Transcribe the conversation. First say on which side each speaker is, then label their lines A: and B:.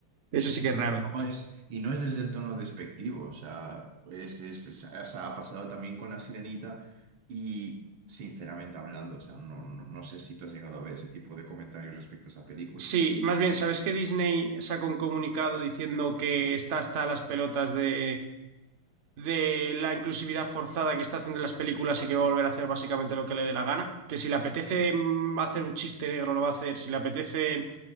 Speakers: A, on the right; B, on the right.
A: eso sí que es raro.
B: No es- y no es desde el tono despectivo, o sea, es, es- es- o sea, ha pasado también con La Sirenita y, sinceramente hablando, o sea, no, no, no sé si tú has llegado a ver ese tipo de comentarios respecto a esa película.
A: Sí, más bien, ¿sabes que Disney sacó un comunicado diciendo que está hasta las pelotas de, de la inclusividad forzada que está haciendo en las películas y que va a volver a hacer básicamente lo que le dé la gana. Que si le apetece mm, hacer un chiste negro, lo va a hacer. Si le apetece